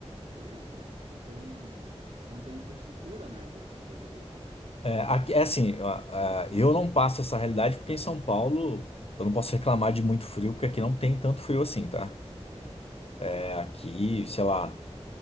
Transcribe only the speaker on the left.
É, aqui, é assim, a- a- eu não passo essa realidade porque em São Paulo eu não posso reclamar de muito frio, porque aqui não tem tanto frio assim, tá?
É, aqui, sei lá,